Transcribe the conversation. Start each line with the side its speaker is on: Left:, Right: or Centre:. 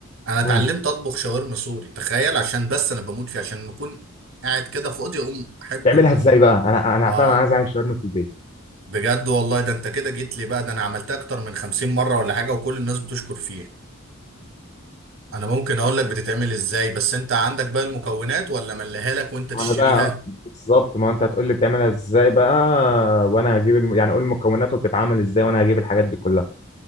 Right: انا اتعلمت
Left: مم.
Right: اطبخ شاورما سوري تخيل عشان بس انا بموت فيه عشان لما اكون قاعد كده فاضي اقوم احب
Left: تعملها
Right: ال...
Left: إزاي بقى أنا أنا
Right: اه
Left: فعلا عايز أعمل شاورما في البيت
Right: بجد والله ده انت كده جيت لي بقى ده انا عملتها اكتر من 50 مره ولا حاجه وكل الناس بتشكر فيها انا ممكن اقول لك بتتعمل ازاي بس انت عندك بقى المكونات ولا ملهالك وانت تشتريها
Left: ما انا بقى آه، بالظبط ما انت هتقول لي بتعملها ازاي بقى وانا هجيب الم... يعني قول المكونات وبتتعمل ازاي وانا هجيب الحاجات دي كلها